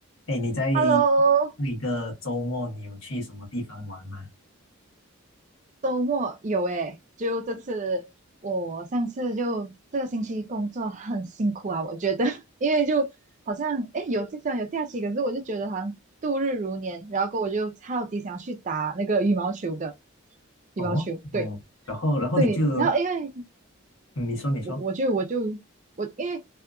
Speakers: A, on the left; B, on the right.
A: 哎，你在那
B: Hello，
A: 一个周末你有去什么地方玩吗？
B: 周末有诶，就这次我上次就这个星期工作很辛苦啊，我觉得，<laughs> 因为就好像诶有虽然有假期，可是我就觉得好像度日如年，然后过后我就超级想要去打那个羽毛球的羽毛球，
A: 哦哦，
B: 对
A: 然后然后你就，
B: 对，然后因为
A: 嗯你说你说，
B: 我我就我就我，因为